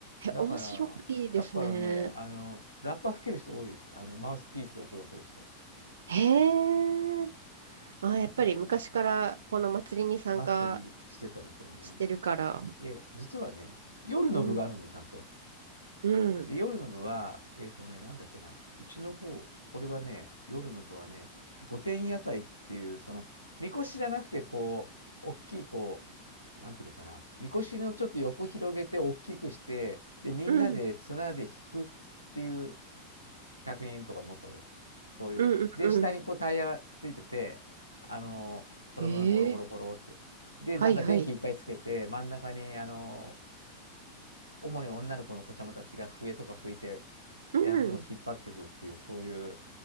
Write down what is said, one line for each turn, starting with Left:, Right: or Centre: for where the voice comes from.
Right: う、え、
Left: だから、
Right: 面白いですね。
Left: だからね、あの、ラッパ吹ける人多いですよ。あの、マウスピースで音出せる人。
Right: へえ。あ、やっぱり昔からこの祭りに参加
Left: そう祭りしてたみたいね。
Right: してるから。
Left: で、実はね、夜の部があるんで、
Right: うん。
Left: ちゃんと。
Right: うん。
Left: で、夜の部は、えっとね、なんだっけな、うちの方、これはね、夜の部はね、御殿屋台っていう、その、みこしじゃなくて、こう、大きい、こう、なんていうのかな、みこしのちょっと横広げて、大きくして、で、みんなで綱で引くっていう、
Right: うん。
Left: 100人とかもっとで、そういう。
Right: うん。
Left: で、
Right: うん。
Left: 下にこうタイヤがついてて、あの、そのままゴロゴロゴロって。
Right: へえ。
Left: で、
Right: はいはい。
Left: なんか電気いっぱいつけて、真ん中に、あの、主に女の子の子ちゃまたちが笛とか吹いて、
Right: うん。
Left: やるのを引っ張っていくっていう、そういう、